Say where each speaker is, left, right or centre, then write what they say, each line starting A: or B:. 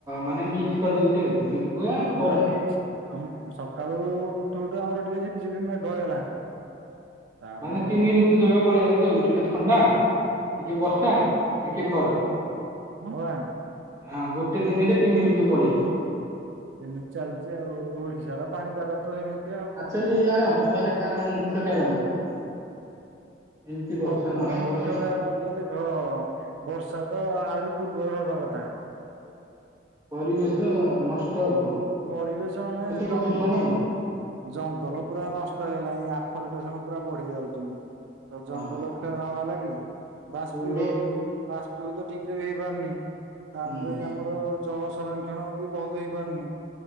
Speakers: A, on the right; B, on the right.
A: ମାନେ ମିକ୍ସ କରିଦଉଛି ଆଉ ମେଘୁଆ
B: ହଁ ପୁରା
A: ଖରା।
B: ମିକ୍ସ। ଆମ ସକାଳୁ ଉଠୁ ଉଠୁ ଆମର ଟିକେ ଝିପିଝିପି ମେଘ ହେଇଗଲା। ତାପରେ
A: ମାନେ ତିନି ଋତୁ ଜାଗା ପଳେଇ ଯାଉଛି ଆଉ ଟିକେ ଥଣ୍ଡା ଟିକେ ବର୍ଷା ଟିକେ ଖରା।
B: ହଉ ଆ
A: ହଁ ଗୋଟେ ଦିନରେ ତିନି ଋତୁ ପଳେଇ ଆଶୁଚି।
B: ସେମିତି ଚାଲିଛି ଆଉ ଓଡିଶାର ପାଣିପାଗ ତ ସେମିତି। ଆଉ କଣ
A: ଆକଚାଲି
B: କରିବା।
A: ୟାର ହବାର କାରଣ ମୁଖ୍ୟ କାରଣ କଣ? ଏମିତି ବର୍ଷା
B: ହବାର
A: ନହବାର
B: ମୁଖ୍ୟ କାରଣ ବୋଲେ ଦେଖ ବର୍ଷା ତ ଆହୁରି ପୂର୍ବରୁ ହବା କଥା।
A: ପରିବେଶ ନଷ୍ଟ। ଆଉ କଣ
B: ପରିବେଶ ମାନେ
A: ପ୍ରଦୂଷଣ
B: ଜ।
A: ଆଉ
B: ଜଙ୍ଗଲ ପୁରା ନଷ୍ଟ ହେଇଲାଣି ଆ ଫରେଷ୍ଟେସନ ପୁରା ବଢି ଯାଉଛି। ତ ଜଙ୍ଗଲ
A: ହଁ
B: କ୍ଷୟ ହବା ଲାଗି ବାଷ୍ପୀ
A: ଆଉ ଲୋକ
B: ବାଷ୍ପୀଭୁତ ଠିକ ରେ ବି ହେଇପାରୁନି। ତାପରେ
A: ହୁଁ
B: ଆମର ଜଳ ସଂରକ୍ଷଣ ବି ବହୁତ ହେଇପାରୁନି।